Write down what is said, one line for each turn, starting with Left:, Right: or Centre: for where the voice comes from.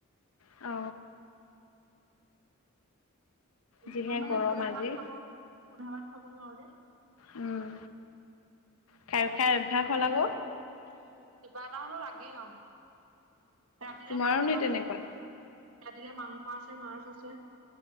Left: অ।
Right: ত
Left: যিহে
Right: মানে
Left: গৰম
Right: সুধা
Left: আজি।
Right: ভাত খাব সুধা ভাত খাব নোৱাৰো যে।
Left: উম খাই খাই অভ্যাস হ'ল আক।
Right: উম কিবা এটা হ'লেও লাগে আও ৰাতিলে
Left: তোমাৰো
Right: মাংস
Left: নি তেনেকুৱা?
Right: আছে। ৰাতিলে মাংস আছে মাছ আছে।